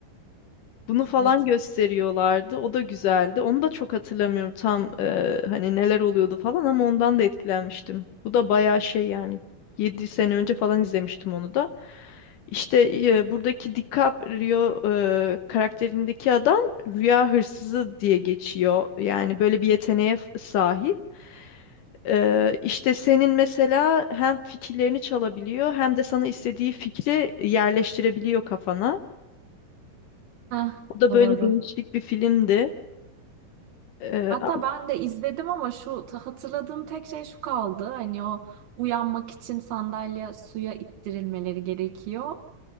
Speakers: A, on the left (about 70°); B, on the right (about 80°).
A: Bunu falan
B: Evet.
A: gösteriyorlardı. O da güzeldi. Onu da çok hatırlamıyorum tam e, hani neler oluyordu falan ama ondan da etkilenmiştim. Bu da bayağı şey yani 7 sene önce falan izlemiştim onu da. İşte e, buradaki DiCaprio e, karakterindeki adam rüya hırsızı diye geçiyor. Yani böyle bir yeteneğe f- sahip. Ee, işte senin mesela hem fikirlerini çalabiliyor hem de sana istediği fikri yerleştirebiliyor kafana.
B: Heh,
A: O da
B: doğru.
A: böyle değişik bir filmdi. Ee,
B: Hatta
A: ama
B: ben de izledim ama şu ta- hatırladığım tek şey şu kaldı. Hani o uyanmak için sandalye suya ittirilmeleri gerekiyor.